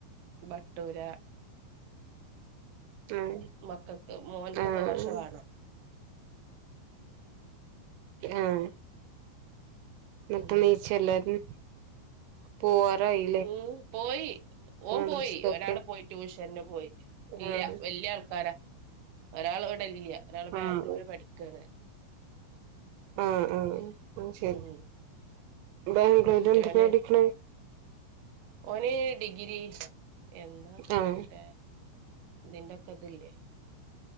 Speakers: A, on the right; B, on the right.
A: ബട്ടൂര
B: ഉം
A: മക്കക്ക് മോൻക്ക്
B: ആഹ്
A: ദോഷവാണം
B: ആഹ് ന്നട്ട്
A: ഉം
B: നീച്ചെല്ലാരും പോവാറായി
A: ഉം പോയി ഓം
B: മദ്രസക്കൊക്കെ
A: പോയി ഒരാള് പോയി ട്യൂഷന്ന് പോയി ഇല്ല്യ
B: ആഹ്
A: വല്യ ആൾക്കാരാ ഒരാള് വെടല്ല്യ ഒരാള് ബാംഗ്ലൂര്
B: ആഹ്
A: പഠിക്കാണ്
B: ആഹ് ആഹ് ശെരി
A: ഉം
B: ബാംഗ്ലൂരെന്തിനാ
A: മറ്റോന്
B: ടിക്ക്ണെ
A: ഓന് ഡിഗ്രി എന്താ
B: ആഹ്
A: ഈഹ് മറ്റേ ഇതിന്റെക്കതില്ലേ